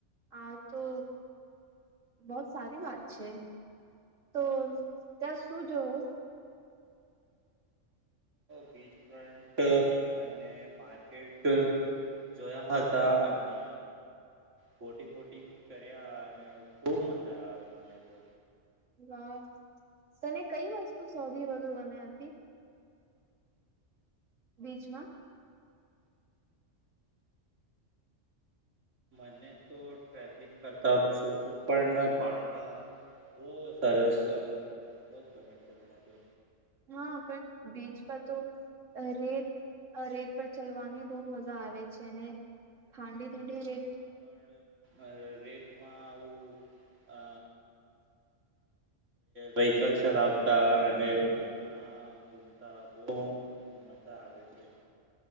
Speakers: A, on the right; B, on the right.
A: આ તો બહત સારી વાત છે, તો ત્યાં સુું જોવુ
B: બીચ ફ્રન્ટ અને માર્કેટ જોયા હતા, અને બોટિંગ, બોટિંગ કર્યા અને ખુબ મજા આવે મને તો
A: વાહ તને કઈ વસ્તુ સૌથી, વધુ ગમી હતી. બીચમા
B: મને તો ટ્રાવલિંગ કરતા ફોટો પણ પાડતા બહુ સરસ બહુ ગમે છે. મને તો
A: હા, પણ બીચમાં તો રેત આ રેત પર ચલવાની બહુ મજા આવે છે, અને ઠડી ઠડી રેત
B: અ રેતમાં આવુ અ વ્હિકલ ચલાવતા અને બોટમા બહૂ મજા આવે છે.